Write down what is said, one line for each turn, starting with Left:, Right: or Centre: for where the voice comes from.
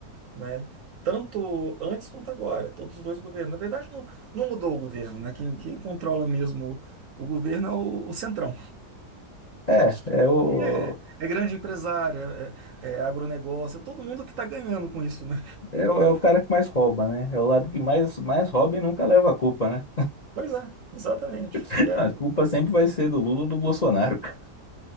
Right: né? Tanto antes quanto agora, todos os dois governos. Na verdade, não, não mudou o governo, né? Quem, quem controla mesmo o, o governo é o, o Centrão.
Left: É, é o,
Right: E é, é grande empresário, é, é agronegócio, é todo mundo que está ganhando com isso, né?
Left: é o, é o cara que mais rouba, né? É o lado que mais, mais rouba e nunca leva a culpa, né?
Right: Pois é, exatamente.
Left: <laughs>
Right: E aí,
Left: A culpa sempre vai ser do Lula ou do Bolsonaro, cara.